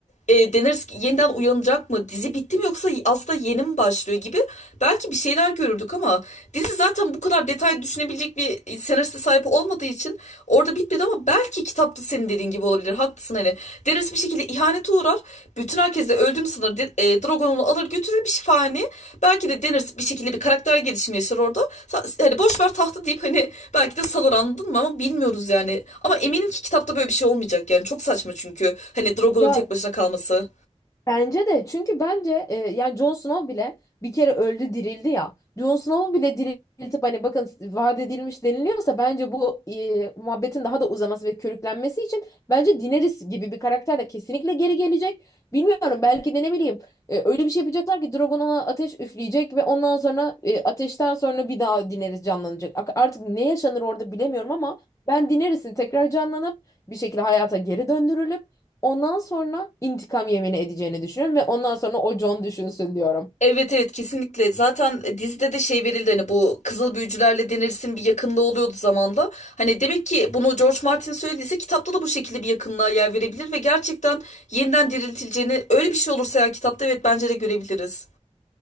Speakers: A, on the left (about 85°); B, on the left (about 25°).
A: E, Daenerys yeniden uyanacak mı? Dizi bitti mi yoksa aslında yeni mi başlıyor gibi belki bir şeyler görürdük ama dizi zaten bu kadar detay düşünebilecek bir senariste sahip olmadığı için Orada bitmedi ama belki kitapta senin dediğin gibi olabilir. Haklısın hani. Daenerys bir şekilde ihanete uğrar. Bütün herkes de öldüğünü sanır. De- e, Drogon onu alır götürür bir şifahane. Belki de Daenerys bir şekilde bir karakter gelişimi yaşar orada. Sa- Hani boş ver tahtı deyip hani belki de salır anladın mı ama bilmiyoruz yani. Ama eminim ki kitapta böyle bir şey olmayacak yani. Çok saçma çünkü. Hani Drogon'un
B: Ya
A: tek başına kalması.
B: Bence de çünkü bence e, yani Jon Snow bile bir kere öldü dirildi ya. Jon Snow'u bile diriltip hani bakın vaat edilmiş deniliyorsa bence bu e, muhabbetin daha da uzaması ve körüklenmesi için bence Daenerys gibi bir karakter de kesinlikle geri gelecek. Bilmiyorum belki de ne bileyim e, öyle bir şey yapacaklar ki Drogon ona ateş üfleyecek ve ondan sonra e, ateşten sonra bir daha Daenerys canlanacak. Ak- Artık ne yaşanır orada bilemiyorum ama ben Daenerys'in tekrar canlanıp bir şekilde hayata geri döndürülüp Ondan sonra intikam yemini edeceğini düşünüyorum ve ondan sonra o John düşünsün diyorum.
A: Evet evet kesinlikle. Zaten dizide de şey verildi hani bu kızıl büyücülerle denirsin bir yakınlığı oluyordu zamanda. Hani demek ki bunu George Martin söylediyse kitapta da bu şekilde bir yakınlığa yer verebilir ve gerçekten yeniden diriltileceğini öyle bir şey olursa ya kitapta evet bence de görebiliriz.